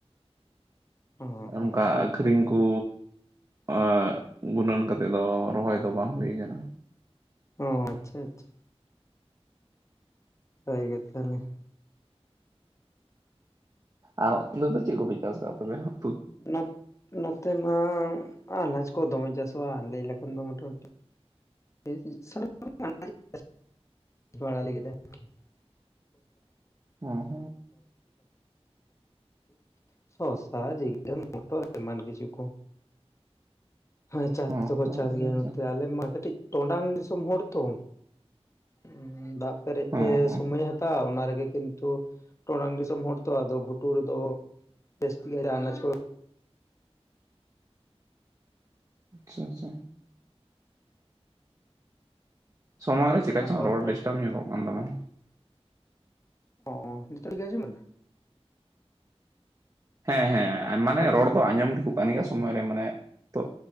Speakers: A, on the left (about 30°); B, on the right (about 35°).
A: ᱚ
B: ᱟᱨ
A: ᱚ
B: ᱚᱱᱠᱟ
A: ᱱᱟᱯᱟᱭ
B: ᱟᱹᱠᱷᱨᱤᱧ
A: ᱜᱮ
B: ᱠᱩ ᱮᱸ ᱜᱩᱱᱟᱹᱱ ᱠᱟᱛᱮ ᱫᱚ ᱨᱚᱦᱚᱭ ᱫᱚ ᱵᱟᱝ ᱦᱩᱭ ᱠᱟᱱᱟ᱾
A: ᱚ ᱟᱪᱪᱷᱟ ᱟᱪᱪᱷᱟ᱾ ᱦᱳᱭ ᱜᱮ ᱛᱟᱦᱚᱞᱮ᱾
B: ᱟᱨ ᱚᱱᱛᱮ ᱫᱚ ᱪᱮᱫ ᱠᱚᱯᱮ ᱪᱟᱥᱫᱟ ᱛᱚᱵᱮ ᱦᱟᱸᱜ?
A: ᱱᱚᱛ ᱱᱚᱛᱮ ᱢᱟ ᱟᱱᱟᱡᱽ ᱠᱚ ᱫᱚᱢᱮ ᱪᱟᱥᱚᱜ-ᱟ ᱞᱟᱹᱭ ᱞᱮᱠᱷᱟᱱ ᱫᱚ ᱢᱚᱴᱟᱢᱩᱴᱤ <inaudible> <inaudible>
B: ᱦᱚᱸ ᱦᱚᱸ
A: <inaudible> ᱥᱚᱥᱟ, ᱡᱷᱤᱸᱜᱟᱹ, ᱢᱚᱴᱚᱨ ᱮᱢᱟᱱ ᱠᱤᱪᱷᱩ ᱠᱚ᱾ ᱦᱳᱭ ᱪᱟᱥ
B: ᱦᱚᱸ
A: ᱫᱚᱠᱚ
B: ᱦᱚᱸ
A: ᱪᱟᱥ
B: ᱟᱪᱪᱷᱟ
A: ᱜᱮᱭᱟ
B: ᱟᱪᱪᱷᱟ
A: ᱱᱚᱛᱮ ᱟᱞᱮ ᱢᱟ ᱠᱟᱹᱴᱤᱡ ᱴᱚᱰᱟᱝ ᱫᱤᱥᱚᱢ ᱦᱚᱲ ᱛᱚ, ᱩᱸ ᱫᱟᱜ ᱯᱮᱨᱮᱡ
B: ᱦᱚᱸ
A: ᱛᱮ
B: ᱦᱚᱸ
A: ᱥᱚᱢᱚᱭ ᱦᱟ ᱛᱟᱣᱟ, ᱚᱱᱟ ᱨᱮᱜᱮ ᱠᱤᱱᱛᱩ ᱴᱚᱰᱟᱝ ᱫᱤᱥᱚᱢ ᱦᱚᱲ ᱛᱚ ᱟᱫᱚ ᱜᱷᱩᱴᱩ ᱨᱮᱫᱚ ᱡᱟᱹᱥᱛᱤ ᱜᱮ ᱟᱱᱟᱡᱽ ᱠᱚ
B: ᱟᱪᱪᱷᱟ ᱟᱪᱪᱷᱟ᱾ ᱥᱚᱢᱚᱭ ᱨᱮ ᱪᱮᱠᱟ ᱪᱚᱝ
A: ᱟᱵᱟᱨ
B: ᱨᱚᱲ ᱰᱤᱥᱴᱟᱵᱽ ᱧᱚᱜᱚᱜ ᱠᱟᱱ ᱛᱟᱢᱟ?
A: ᱚ, ᱱᱤᱛᱳᱜ ᱨᱮᱜᱮ ᱟᱸᱡᱚᱢ ᱮᱱᱟ?
B: ᱦᱮᱸ ᱦᱮᱸ ᱢᱟᱱᱮ
A: ᱦᱮᱞᱳ
B: ᱨᱚᱲ ᱫᱚ ᱟᱸᱡᱚᱢ ᱴᱷᱤᱠᱩᱜ ᱠᱟᱱ ᱜᱮᱭᱟ ᱥᱚᱢᱚᱭ ᱨᱮ ᱢᱟᱱᱮ ᱛᱚ,